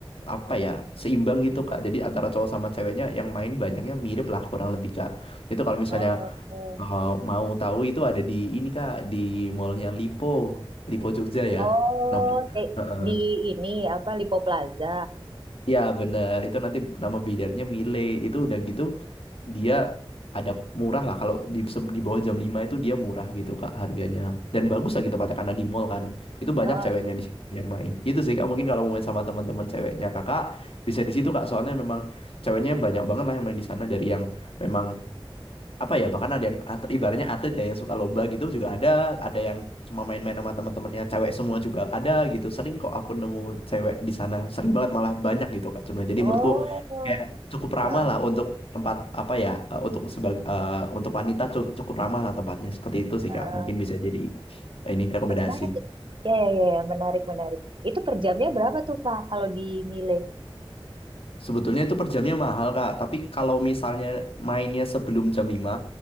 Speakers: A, on the left; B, on the right.
A: apa ya seimbang gitu Kak. Jadi antara cowok sama ceweknya yang main banyaknya mirip lah kurang lebih Kak. Itu kalau misalnya
B: Oh,
A: uh, mau tahu itu ada di ini Kak di mallnya Lipo, Lipo Jogja ya
B: oh,
A: namanya.
B: te-
A: Heeh.
B: di ini apa Lipo Plaza.
A: Iya bener itu nanti nama billiardnya Mile itu udah gitu dia ada murah lah kalau di se- di bawah jam 5 itu dia murah gitu Kak harganya. Dan bagus lagi tempatnya karena di mall kan. Itu banyak
B: Eh,
A: ceweknya di situ yang main. Gitu sih Kak, mungkin kalau mau main sama teman-teman ceweknya Kakak bisa di situ Kak. Soalnya memang ceweknya banyak banget lah yang main di sana dari yang memang apa ya bahkan ada yang atlet, ibaratnya atlet ya yang suka lomba gitu juga ada ada yang cuma main-main sama teman-temannya cewek semua juga ada gitu sering kok aku nemu cewek di sana sering banget malah banyak gitu kak cuma jadi
B: oh,
A: menurutku kayak cukup ramah
B: eh,
A: lah untuk tempat apa ya eh, untuk sebagai untuk wanita cu- cukup ramah lah tempatnya seperti itu sih
B: eh,
A: kak mungkin bisa jadi eh, ini rekomendasi
B: menarik. Ya, ya, ya, ya, menarik, menarik. Itu per jamnya berapa tuh, Pak, kalau di Mile?
A: Sebetulnya itu per jamnya mahal, Kak. Tapi kalau misalnya mainnya sebelum jam 5,